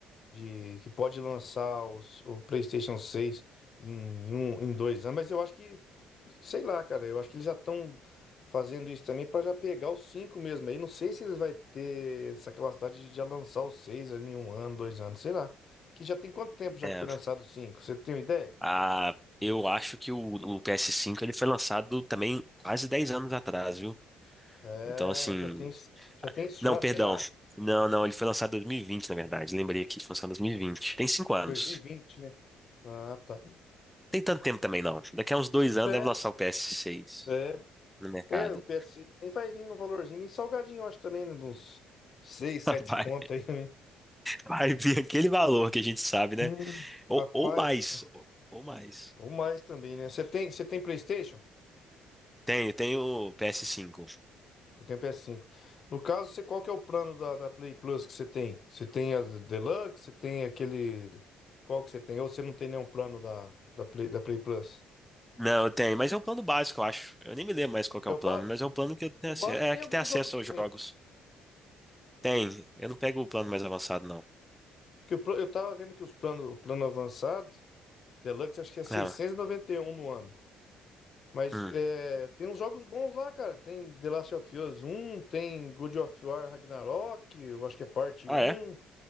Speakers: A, on the left; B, in the centre.
A: de que pode lançar os, o PlayStation 6 em um, em dois anos, mas eu acho que, sei lá, cara, eu acho que eles já estão fazendo isso também para já pegar os cinco mesmo. Aí não sei se eles vai ter essa capacidade de já lançar os seis ali em um ano, dois anos, sei lá. Que já tem quanto tempo já
B: É,
A: que foi lançado os cinco? Você tem uma ideia?
B: a, eu acho que o, o PS5 ele foi lançado também quase 10 anos atrás, viu?
A: É,
B: Então, assim.
A: já tem, isso- já tem isso
B: Não,
A: já,
B: perdão.
A: será?
B: Não, não, ele foi lançado em 2020, na verdade. Lembrei aqui, foi lançado em 2020. Tem 5 anos.
A: dois mil e vinte né? Ah, tá.
B: Tem tanto tempo também, não. Daqui a uns dois anos
A: É,
B: deve lançar o PS6
A: é.
B: no mercado.
A: É, o PS nem vai vir no valorzinho, bem salgadinho, eu acho também, né? de Uns 6, 7
B: <laughs> Vai,
A: conto aí também.
B: vai vir aquele valor que a gente sabe, né?
A: Hum,
B: Ou,
A: rapaz,
B: ou mais, ou, ou mais.
A: ou mais também, né? Você tem, você tem PlayStation?
B: Tenho, tenho ps cinco
A: Você tem o PS5. No caso, você, qual que é o plano da, da Play Plus que você tem? Você tem a Deluxe? Você tem aquele. Qual que você tem? Ou você não tem nenhum plano da, da Play, da Play Plus?
B: Não, eu tenho, mas é um plano básico, eu acho. Eu nem me lembro mais qual que
A: É
B: é o
A: o
B: plano,
A: básico?
B: mas é um plano que eu tenho
A: O
B: acesso,
A: básico
B: é,
A: tem
B: que
A: alguns
B: tem acesso
A: jogos
B: aos
A: também.
B: jogos. Tem, eu não pego o plano mais avançado, não.
A: Que eu, eu tava vendo que os planos, o plano avançado, Deluxe, acho que é seiscentos
B: Ah,
A: e e noventa e um no ano. Mas
B: hum.
A: é, tem uns jogos bons lá, cara. Tem The Last of Us 1, tem God of War Ragnarok, eu acho que é parte
B: Ah,
A: um.
B: é?